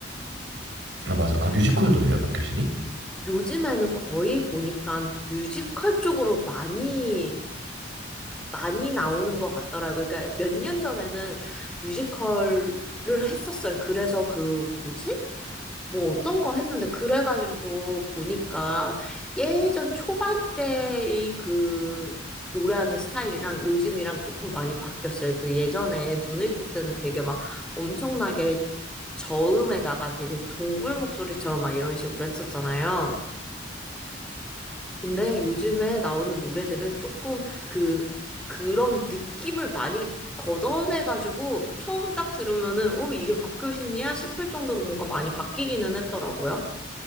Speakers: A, on the right; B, in the centre.
A: 아 맞아 아 뮤지컬도 해요 박효신이
B: 요즘에는 거의 보니까 뮤지컬 쪽으로 많이 많이 나오는 것 같더라고요. 그러니까 몇 년 전에는 뮤지컬을 했었어요. 그래서 그 뭐지? 뭐 어떤 거 했는데 그래가지고 보니까 예전 초반 때의 그 노래하는 스타일이랑 요즘이랑 조금 많이 바뀌었어요. 그 예전에 눈을 꽂 때는 되게 막 엄청나게 저음에다가 되게 동굴 목소리처럼 막 이런 식으로 했었잖아요. 근데 요즘에 나오는 노래들은 조금 그, 그런 느낌을 많이 걷어내가지고 처음 딱 들으면은, 어, 이게 박효신이야? 싶을 정도로 뭔가 많이 바뀌기는 했더라고요.